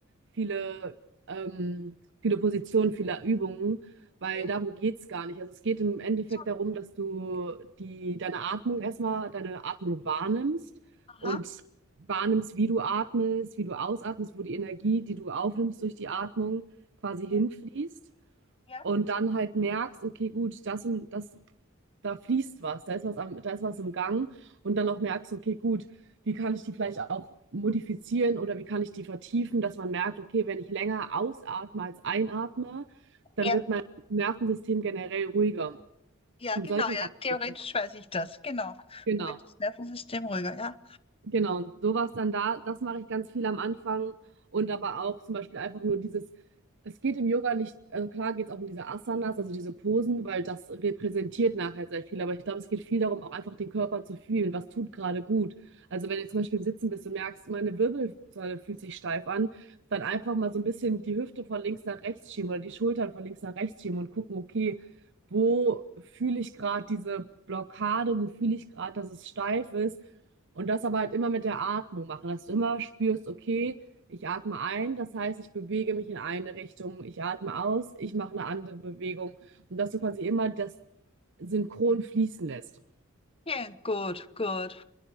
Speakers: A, on the right; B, on the left.
A: viele, ähm, viele Positionen, viele Übungen, weil
B: Ja,
A: darum geht es gar nicht. Also es geht im Endeffekt
B: so,
A: darum, dass du die, deine Atmung erstmal, deine Atmung wahrnimmst
B: Aha.
A: und wahrnimmst, wie du atmest, wie du ausatmest, wo die Energie, die du aufnimmst durch die Atmung, quasi hinfließt
B: Ja, ja,
A: und dann halt merkst, okay, gut, das und das, da fließt was, da ist was, am, da ist was im Gang und dann auch merkst, okay, gut, wie kann ich die vielleicht auch modifizieren oder wie kann ich die vertiefen, dass man merkt, okay, wenn ich länger ausatme als einatme, dann
B: ja,
A: wird mein Nervensystem generell ruhiger.
B: ja,
A: Um
B: genau,
A: solche
B: ja,
A: Sachen
B: theoretisch
A: geht es. noch.
B: weiß ich das, genau.
A: Genau.
B: Dann wird das Nervensystem ruhiger, ja.
A: Genau, und sowas dann da, das mache ich ganz viel am Anfang und aber auch zum Beispiel einfach nur dieses, es geht im Yoga nicht, also klar geht es auch um diese Asanas, also diese Posen, weil das repräsentiert nachher sehr viel, aber ich glaube, es geht viel darum, auch einfach den Körper zu fühlen, was tut gerade gut. Also wenn du zum Beispiel im Sitzen bist und merkst, meine Wirbelsäule fühlt sich steif an, dann einfach mal so ein bisschen die Hüfte von links nach rechts schieben oder die Schultern von links nach rechts schieben und gucken, okay, wo fühle ich gerade diese Blockade, wo fühle ich gerade, dass es steif ist und das aber halt immer mit der Atmung machen, dass du immer spürst, okay, ich atme ein, das heißt, ich bewege mich in eine Richtung, ich atme aus, ich mache eine andere Bewegung und dass du quasi immer das synchron fließen lässt.
B: Ja, gut, gut.